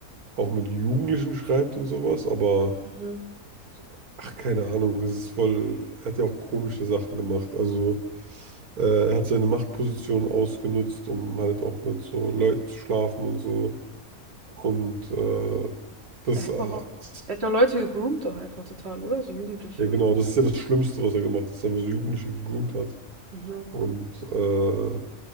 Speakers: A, on the right (about 90°); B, on the right (about 45°).
A: auch mit Jugendlichen schreibt und sowas, aber,
B: Mhm.
A: so, ach, keine Ahnung, es ist voll, er hat ja auch komische Sachen gemacht. Also, äh, er hat seine Machtposition ausgenutzt, um halt auch mit so Leuten zu schlafen und so. Und äh, das,
B: Er hat
A: äh,
B: doch auch,
A: ist-
B: er hat doch Leute gegroomt doch einfach total, oder? So Jugendliche
A: ja
B: und
A: genau,
B: so.
A: das ist ja das Schlimmste, was er gemacht hat, dass er einfach so Jugendliche gegroomt hat.
B: Mhm.
A: Und äh,